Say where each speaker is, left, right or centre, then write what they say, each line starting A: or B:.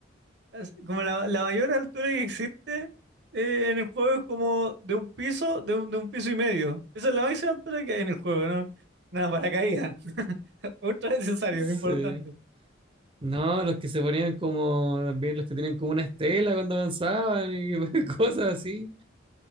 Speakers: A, on the right (about 60°); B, on the right (about 30°).
A: Así- Como la, la mayor altura que existe eh, en el juego es como de un piso, de un, de un piso y medio. Esa es la máxima altura que hay en el juego, ¿no? Nada, paracaídas. <laughs> Ultra necesario,
B: Sí.
A: importante.
B: No, los que se ponían como, también los que tenían como una estela cuando avanzaban y <laughs> cosas así.